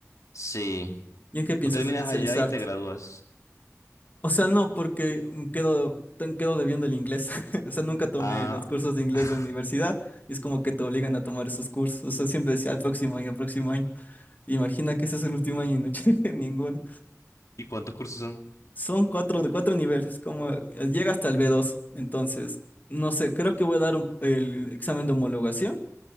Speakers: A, on the left (about 80°); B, on the left (about 35°).
A: Sí,
B: ¿Y en qué piensas
A: tú terminas
B: especializarte?
A: allá y te gradúas.
B: O sea, no, porque mm, quedo, te- quedo debiendo el inglés. <laughs> O sea, nunca tomé
A: Ah,
B: los cursos de inglés
A: <laughs>
B: de universidad y es como que te obligan a tomar esos cursos. O sea, siempre decía al próximo año, al próximo año. Imagina que ese es el último año y no <laughs> llegué a ninguno.
A: ¿y cuántos cursos son?
B: Son cuatro, cuatro niveles, como eh, llega hasta el b dos. Entonces, no sé, creo que voy a dar un- el examen de homologación.